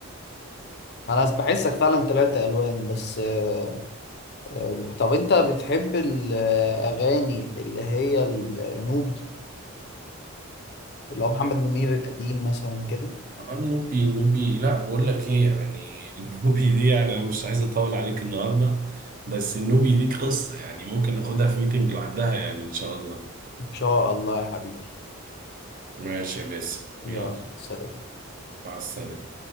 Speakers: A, on the left; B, on the right.
A: انا بحسك فعلا طلعت الوان بس أه آه، طب انت بتحب الاغاني اللي هي النوبي اللي هو محمد منير القديم مثلا كده
B: آه، النوبي النوبي لا بقول لك ايه يعني <laughs> النوبي دي يعني انا مش عايز اطول عليك النهارده بس النوبي دي قصة يعني ممكن ناخدها في ميتنج لوحدها يعني ان شاء الله
A: ان شاء الله يا حبيبي
B: ماشي يا باسم
A: يلا
B: يلا
A: سلام
B: مع السلامة